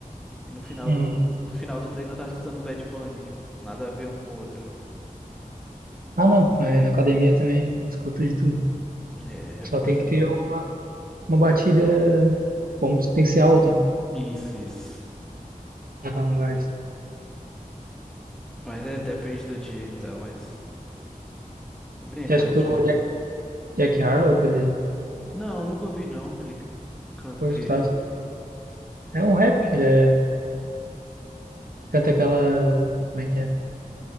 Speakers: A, in the centre; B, on the right.
A: E no final
B: Hum.
A: do, no final do treino eu tava escutando Bad Bunny. Tipo, nada a ver um com o outro.
B: Ah, não, na, na academia também eu escuto de tudo.
A: É, é
B: Só
A: bom,
B: tem
A: mas é
B: que
A: bom.
B: ter uma, uma batida, tipo, a música tem que ser alta, né,
A: Isso, isso.
B: pra dar um gás.
A: Mas é, depende do dia e tal. Mas tô bem eclético.
B: Já escutou o Jack, Jack Harlow, Que ele
A: Não, nunca ouvi não. Ele canta
B: Foi
A: o quê?
B: escutado. É um rap, ele é, canta aquela. Como é que é?